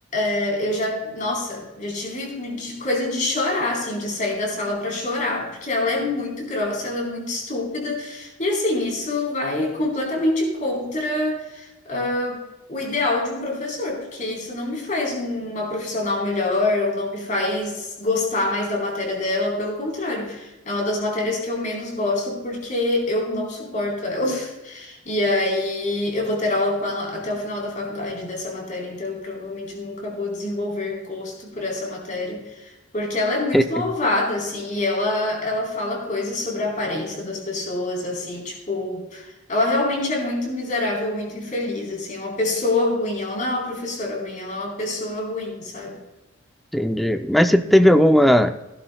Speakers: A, on the left; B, in the centre.
A: É, eu já, nossa, já tive de- coisa de chorar, assim, de sair da sala pra chorar, porque ela é muito grossa, ela é muito estúpida, e assim, isso vai completamente contra ah, o ideal de um professor, porque isso não me faz uma profissional melhor, ou não me faz gostar mais da matéria dela, pelo contrário, é uma das matérias que eu menos gosto porque eu não suporto ela. <laughs> E aí eu vou ter aula com ela até o final da faculdade dessa matéria, então eu provavelmente nunca vou desenvolver gosto por essa matéria. Porque ela é muito
B: <laughs>
A: malvada, assim, e ela, ela fala coisas sobre a aparência das pessoas, assim, tipo, ela realmente é muito miserável, muito infeliz, assim, é uma pessoa ruim. Ela não é uma professora ruim, ela é uma pessoa ruim, sabe?
B: Entendi. Mas você teve alguma.